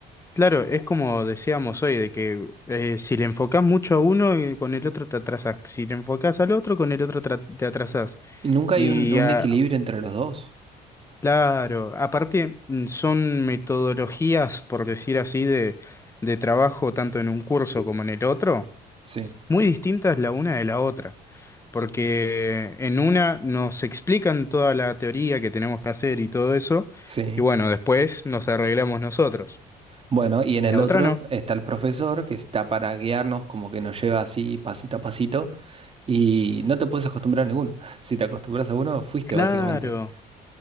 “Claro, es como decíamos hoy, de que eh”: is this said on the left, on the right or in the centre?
Left